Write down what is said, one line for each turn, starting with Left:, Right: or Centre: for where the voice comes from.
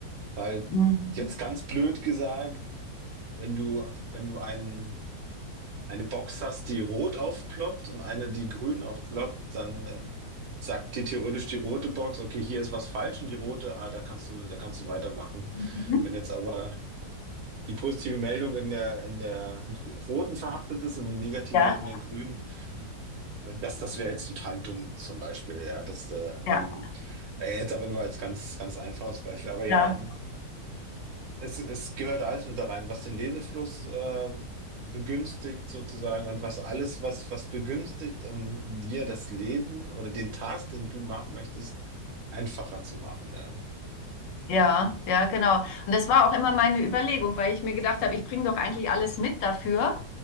Right: Weil
Left: Mhm.
Right: jetzt ganz blöd gesagt, Wenn du, wenn du einen, eine Box hast, die rot aufploppt und eine, die grün aufploppt, dann äh, sagt dir theoretisch die rote Box, okay, hier ist was falsch und die rote, ah, da kannst du, da kannst du weitermachen.
Left: Mhm.
Right: Wenn jetzt aber die positive Meldung in der, in der grü- roten verhaftet ist und die negative
Left: Ja,
Right: in der grünen, das, das wäre jetzt total dumm, zum Beispiel, ja, das, äh,
Left: ja,
Right: ähm, äh, jetzt aber nur als ganz, ganz einfaches Beispiel. Aber ja,
Left: ja,
Right: Es, es gehört alles mit da rein, was den Lesefluss äh, begünstigt sozusagen und was alles, was, was begünstigt, um dir das Leben oder den Task, den du machen möchtest, einfacher zu machen. Ja,
Left: ja, ja, genau. Und das war auch immer meine Überlegung, weil ich mir gedacht habe, ich bringe doch eigentlich alles mit dafür.